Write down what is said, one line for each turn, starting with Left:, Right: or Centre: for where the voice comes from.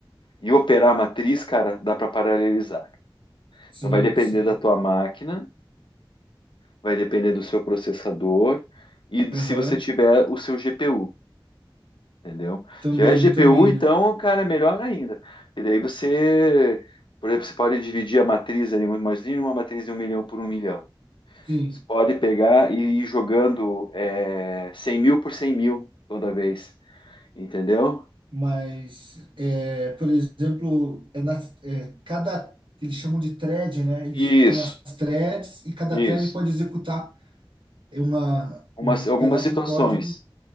Left: e operar a matriz, cara, dá para paralelizar.
Right: Sim,
Left: Então vai depender
Right: sim.
Left: da tua máquina vai depender do seu processador e do-
Right: Aham.
Left: se você tiver o seu GPU, entendeu?
Right: Também,
Left: Se tiver GPU,
Right: também,
Left: então,
Right: né?
Left: cara, melhor ainda. E daí você, por exemplo, você pode dividir a matriz aí, imagina uma matriz de um milhão por um milhão.
Right: Sim.
Left: Você pode pegar e ir jogando é, 100 mil por 100 mil toda vez, entendeu?
Right: Mas, é, por exemplo, é na é, cada, eles chamam de thread, né? Eles
Left: Isso,
Right: têm as threads e cada
Left: isso.
Right: thread pode executar uma,
Left: Umas,
Right: um
Left: algumas
Right: pedaço
Left: situações.
Right: do código.